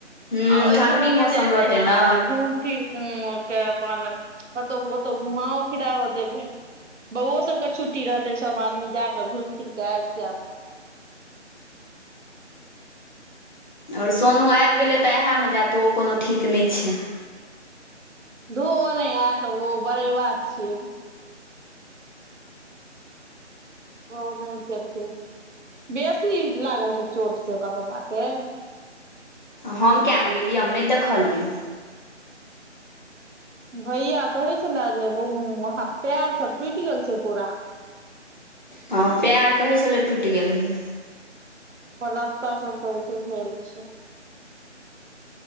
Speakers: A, on the left (about 40°); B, on the right (about 75°).
A: ह्म्म
B: आ ओहि
A: ठण्ढी
B: समय मे
A: मौसम
B: जे एतै
A: रहतै
B: नऽ
A: ने
B: तऽ घुम फिर के अपन कतहु ओतहु घुमाओ फिराओ देबै बौओ सभके छुट्टी रहतै सभ आदमी जा कऽ घुमि फिर कऽ आबि जायब
A: आओर सोनू आबि गेलै तऽ उएहमे जायत ओ कोनो ठीक नहि छै
B: धू ओ नहि ऐत ओ बड़े बात छियै ओ नहि जेते बेसी लागल छै चोट से ओकर पप्पा के
A: हम किया नहि गेलियै हम नहि देखलियै
B: भैया कहै छले जे पैर सब टुटि गेल छै पूरा
A: हँ पैर कहै छलै टुटि गेल हेय
B: पलस्तर सब कहै छै भेल छै